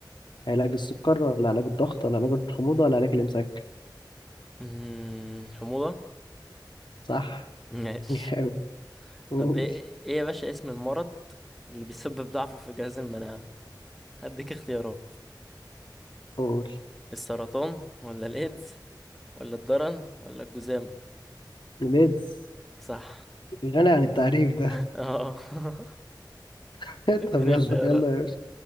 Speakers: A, on the left; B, in the centre.
A: علاج السكر ولا علاج الضغط ولا علاج الحموضة ولا علاج الإمساك
B: أمم، حموضة
A: صح
B: <laughs> ماشي
A: <laughs> جامد قول
B: طب ايه ايه يا باشا اسم المرض اللي بيسبب ضعف في جهاز المناعة هديك اختيارات
A: قول
B: السرطان ولا الايدز ولا الضرن ولا الجذام
A: ميدز
B: صح
A: غني عن التعريف ده
B: <laughs> اه <laughs>
A: <laughs>
B: اديني
A: طب يلا
B: اختيارات
A: يلا يا باشا